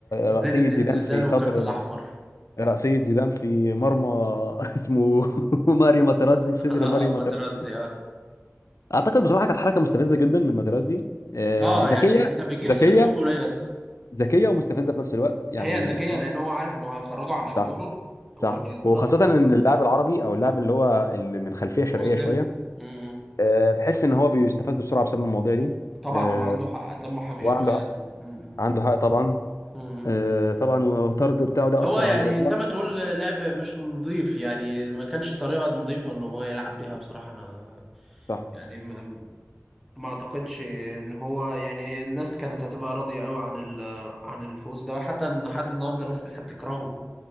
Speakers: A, in the centre; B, on the left.
A: زين
B: رأسية
A: الدين
B: زيدان
A: زيدان
B: في
A: والكارت
B: صدر
A: الاحمر
B: رأسية زيدان في مرمى <laughs> اسمه ماريو ماترازي في
A: <laughs>
B: صدر
A: اه
B: ماريو
A: ماتراتزي
B: ماترازي
A: اه
B: اعتقد بصراحه كانت حركه مستفزه جدا من ماترازي آه،
A: اه
B: ذكيه
A: يعني انت بتجيب
B: ذكيه
A: سيره اخته ليه يا اسطى
B: ذكيه ومستفزه في نفس الوقت يعني
A: هي ذكيه لان هو عارف انه هيخرجه عن شعوره
B: صح صح
A: وهي
B: وخاصه ان اللاعب العربي او اللاعب اللي هو اللي من خلفيه شرقيه
A: مسلم
B: شويه
A: م- م.
B: آه، بتحس ان هو بيستفز بسرعه بسبب المواضيع دي
A: طبعا
B: آه،
A: هو عنده حق دمه حامي
B: وعنده
A: شويه
B: حق-
A: يعني م- م.
B: عنده حق طبعا
A: م- م.
B: آه، طبعا والطرد بتاعه ده
A: هو
B: اثر
A: يعني
B: عليا طبعا
A: زي ما تقول لعب مش نظيف يعني ما كانش طريقه نظيفه ان هو يلعب بيها بصراحه انا
B: صح
A: يعني ما ما اعتقدش ان هو يعني الناس كانت هتبقى راضيه قوي عن ال- عن الفوز ده حتى ان لحد النهارده ناس لسه بتكرهه